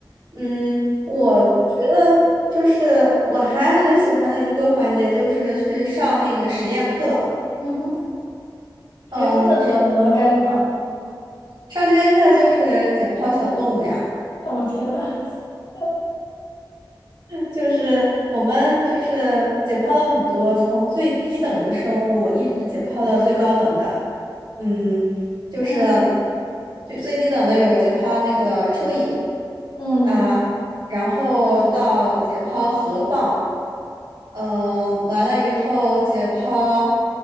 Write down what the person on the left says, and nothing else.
<laughs> 嗯哼，
实验课的时候你们会干什么？
<laughs>
哎，我天呐！<laughs>
嗯
嗯